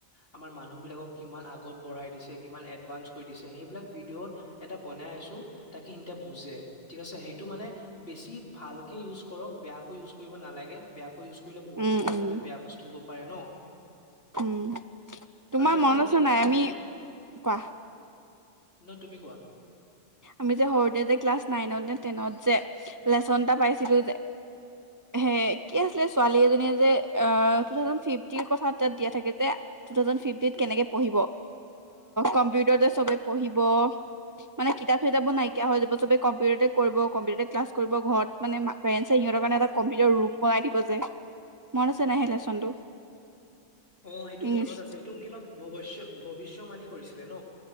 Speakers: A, on the left; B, on the right.
A: আমাৰ মানুহবিলাকক কিমান আগত বঢ়াই দিছে, কিমান এডভা্ঞ্চ কৰি দিছে সেইবিলাক ভিডিঅ'ত এটা বনাই আছো তাকে সিহঁতে বুজে ঠিক আছে সেইটো মানে বেছি ভালকে ইউজ কৰক। বেয়াকৈ ইউজ কৰিব নালাগে, বেয়াকৈ ইউজ কৰিলে বহুত
B: উম
A: কিবা
B: উম
A: কিবি বেয়া বস্তু হব পাৰে ন।
B: উম,
A: আৰু
B: তোমাৰ
A: আজিকালি
B: মনত আছে
A: টেকন'লজি
B: নাই আমি কোৱা?
A: ন তুমি কোৱা
B: আমি যে সৰুতে যে ক্লাছ নাইনত নে টেনত যে। লেচন এটা পাইছিলো যে সেই কি আছিলে ছোৱালী এজনীয়ে যে টু থাউজেণ্ড ফিফটিৰ কথাত দিয়া থাকে যে টু থাউজেণ্ড ফিফটিত কেনেকে পঢ়িব কম্পিউটৰত যে চবে পঢ়িব। মানে কিতাপ চিতাপো নাইকিয়া হৈ যাব চবে কম্পিউটাৰতে কৰিব কম্পিউটাৰতে ক্লাছ কৰিব ঘৰতমানে পেৰেণ্টছে সিহঁতৰ কাৰণে এটা কম্পিউটাৰ ৰুম বনাই দিব যে। মনত আছে নাই হেই লেচনটো
A: অ সেইটো
B: ইংলিছ
A: মনত আছে এইটো কিবা ভৱষ্য ভৱিষ্য বাণি কৰিছিলে ন।